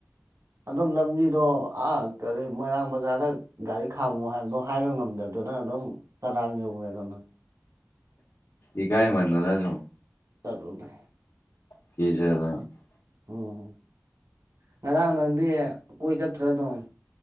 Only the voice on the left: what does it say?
ꯏꯀꯥꯏꯃꯟꯗꯅ ꯑꯗꯨꯝ꯫
<unintelligible>